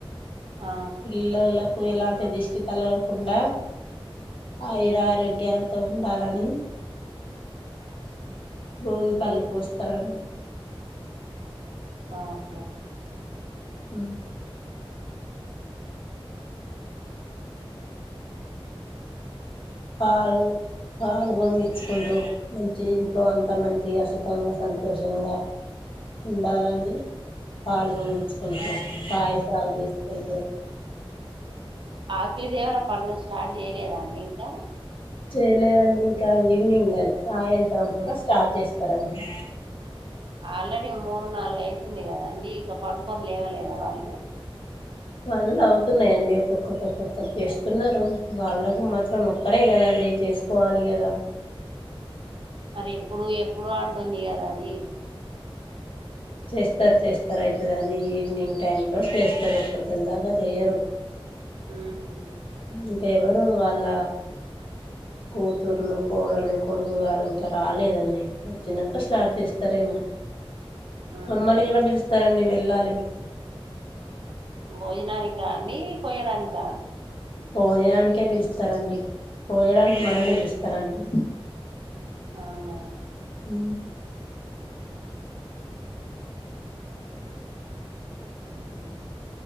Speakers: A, on the right (about 60°); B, on the left (about 65°).
A: ఆ
B: పిల్లలకు ఎలాంటి దిష్టి తలవకుండా ఆయుర ఆరోోగ్యాలతో ఉండాలని భోగి పళ్ళు పోస్తా రండి
A: ఓకే
B: అ పాలు పాలు పొంగించ్కుంట్రు మంచి ఇంట్లో అంతా మంచిగా సుఖంగా సంతోషంగా ఉండాలని పాలు పొంగించుకుంట్రు పాయసాలు చేసుకుంటూ
A: ఆఖి దేవర పండుగ స్టార్ట్ చేయలేదా అండి ఇంకా
B: చేయలేదండి ఇంకా ఈవినింగ్ అది సాయంత్రం పూట స్టార్ట్ చేస్తారండి
A: ఆల్రెడీ మూడు నాలుగయితుంది కద అండి ఇంక పడుకొని లేవలేదా వాళ్ళు
B: పనులు అవుతున్నాయంండి ఒక్కొక్కటి ఒక్కొక్కటి చేస్తున్నారు వాళ్ళకు మాత్రం ఒక్కరే కదండి డి చేసుకోవాలి కదా
A: మరి ఎప్పుడు ఎప్పుడు అంటుంది కదా అది
B: చేస్తార్ చేస్తరు అయితది అది ఈవినింగ్ టైమ్ లో చేస్తారు పొద్దున్ దాక చేయరు
A: ఊహు
B: ఇంక ఎవరు వాళ్ళ కూతుర్లు కోడలు కొడుకు గారు ఇంకా రాలేదండి వచ్చినాక స్టార్ట్ చేస్తారేమో
A: ఉహు
B: మమ్మ లీన పిలుస్తారంండి వెళ్ళాలి మేము
A: భోజనానికా అండి కోయడానిక
B: భోజనానికే పిలుస్తారంండి కోయడానికి మనల్ని పిలుస్తారా అండి
A: అవునా
B: అ
A: ఉహు